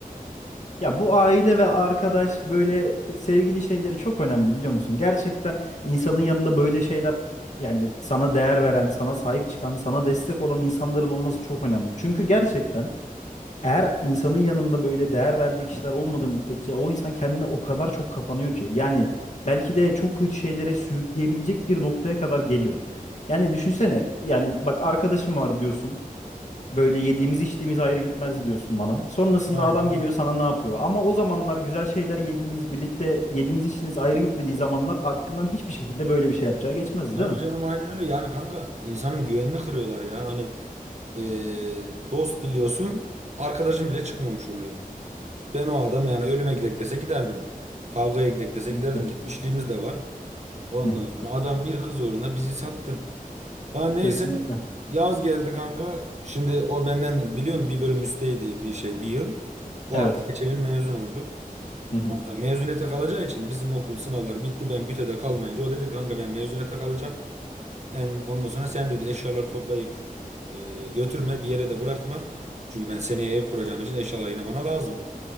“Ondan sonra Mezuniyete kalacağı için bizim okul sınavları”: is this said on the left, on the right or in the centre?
Right